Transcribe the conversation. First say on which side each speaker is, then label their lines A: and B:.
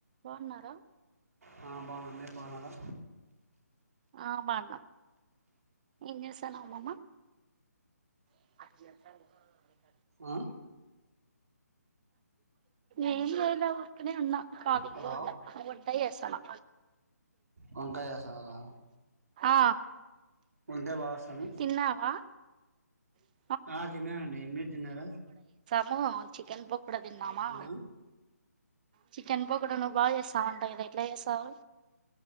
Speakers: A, on the right; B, on the right.
A: బాగున్నారా
B: హా బాగున్నాం మీరు బాగున్నారా
A: ఆ బాగున్నం ఏం చేస్తున్నావు అమ్మమ్మ <unintelligible>
B: ఆ
A: ఏం లేదులే ఉ ఊరకనే ఉన్నా ఖాళీగా
B: హలో
A: ఉన్నా వంట చేస్తున్నా
B: వంకాయ చేస్తున్నారా
A: ఆ
B: వంకాయ బాగా వస్తాను
A: తిన్నావా అ
B: ఆ తిన్నానండి. మీరు తిన్నారా.
A: మో చికెన్ పోక్. ప్పుడే తిందామా.
B: ఆ
A: చికెన్ పకోడా నువ్ బాగా చేస్తావంట గదా ఎట్ల చేస్తావ్